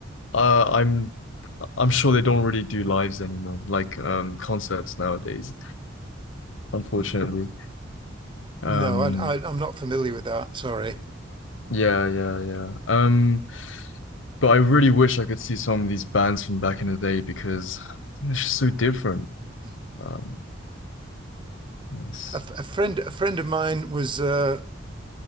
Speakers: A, on the left; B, on the right.
A: Uh, I'm I'm sure they don't really do lives anymore, like um concerts nowadays, unfortunately.
B: N-
A: Um
B: No, I, I, I'm not familiar with that. Sorry.
A: yeah, yeah, yeah. Um but I really wish I could see some of these bands from back in the day because it's just so different.
B: Mm.
A: Um yes.
B: A, f- a friend, a friend of mine was uh,